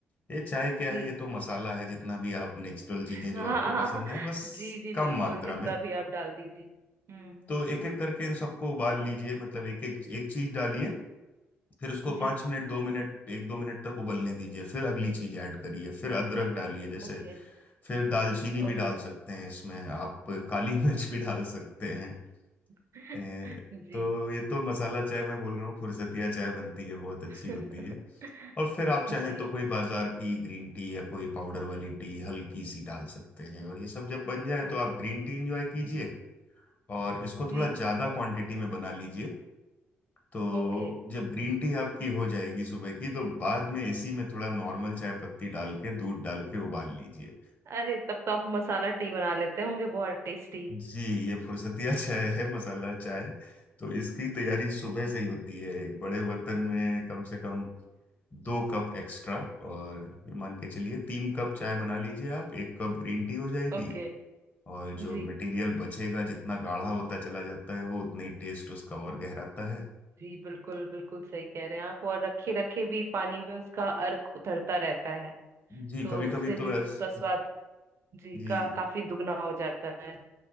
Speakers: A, on the left (about 30°); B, on the right (about 50°).
A: ये चाय क्या
B: जी
A: है ये तो मसाला है जितना भी आप नेचुरल चीजें
B: <laughs>
A: जो
B: हाँ
A: आपको
B: हाँ,
A: पसंद
B: हाँ,
A: है बस
B: जी जी
A: कम
B: बिल्कुल
A: मात्रा
B: जितना
A: में
B: भी आप डाल दीजिए हम्म
A: तो एक एक करके इन सबको उबाल लीजिए मतलब एक एक एक चीज डालिए फिर उसको
B: जी
A: पाँच मिनट दो मिनट एक दो मिनट तक उबलने दीजिए फिर अगली चीज ऐड करिए फिर अदरक डालिए जैसे
B: ओके
A: फिर दालचीनी भी
B: ओके
A: डाल सकते हैं इसमें आप काली <laughs> मिर्च भी डाल सकते हैं
B: <laughs>
A: ए,
B: जी
A: तो ये तो मसाला चाय मैं बोल रहा हूँ फुरसतिया चाय बनती है बहुत अच्छी होती
B: <laughs>
A: है और फिर आप चाहें
B: जी
A: तो कोई बाजार की ग्रीन टी या कोई पाउडर वाली टी हल्की सी डाल सकते हैं और ये सब जब बन जाए
B: ओके
A: तो आप ग्रीन टी इंजॉय कीजिए
B: जी
A: और इसको
B: जी
A: थोड़ा ज्यादा क्वांटिटी में बना लीजिए तो
B: ओके
A: जब ग्रीन टी आपकी हो जाएगी सुबह की तो बाद में इसी में थोड़ा नॉर्मल चाय पत्ती डाल के दूध डाल के उबाल लीजिए
B: अरे तब तो आप मसाला टी बना लेते होंगे बहुत टेस्टी
A: जी ये फुर्सतिया चाय है मसाला चाय तो इसकी तैयारी सुबह से ही होती है एक बड़े बर्तन में कम से कम दो कप एक्स्ट्रा और ये मान के चलिए तीन कप चाय बना लीजिए आप एक कप ग्रीन टी हो जाएगी
B: ओके
A: और जो
B: जी
A: मटेरियल बचेगा जितना गाढ़ा होता चला जाता है वो उतना ही टेस्ट उसका और गहराता है
B: जी बिल्कुल बिल्कुल सही कह रहे हैं आप और रखे रखे भी पानी में उसका अर्क उतरता रहता है
A: जी
B: तो
A: कभी
B: उससे
A: कभी
B: भी
A: तो
B: उसका
A: ऐस
B: स्वाद जी
A: जी
B: का काफी दुगना हो जाता है